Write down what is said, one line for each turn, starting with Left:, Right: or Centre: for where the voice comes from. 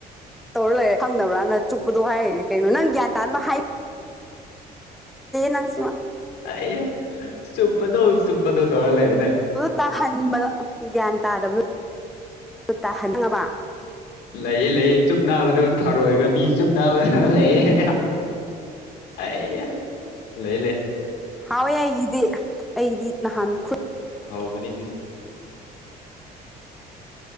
Centre: ꯇꯧꯔ ꯂꯩꯔꯦ ꯈꯪꯗꯕ꯭ꯔꯥꯅ ꯆꯨꯞꯄꯗꯣ ꯍꯥꯏꯌꯦꯅꯦ ꯀꯩꯅꯣ ꯅꯪ ꯒ꯭ꯌꯥꯟ ꯇꯥ ꯍꯥꯏ ꯅꯪꯁꯨ
Left: ꯑ ꯁ ꯄꯗꯧ ꯆꯨꯞꯄꯗꯧ ꯇꯧꯔꯒ ꯂꯩꯔꯦꯅꯦ
Centre: ꯇꯥꯍꯟꯕꯗꯣ ꯒ꯭ꯌꯥꯟ ꯇꯥꯗꯕꯗꯣ ꯇꯥꯍꯟꯕ
Left: ꯂꯩꯑ ꯂꯩꯌꯦ ꯆꯨꯞ ꯅꯥꯕꯗ ꯊꯔꯣꯏꯒ ꯃꯤ ꯆꯨꯞ ꯅꯥꯕꯗ ꯂꯩꯌꯦ ꯑ ꯂꯩ ꯂꯩ
Centre: ꯍꯥꯎꯋꯦ ꯑꯩꯒꯤꯗꯤ ꯑꯩꯗꯤ ꯅꯍꯥꯟ ꯈꯨ
Left: ꯍꯕꯅꯤ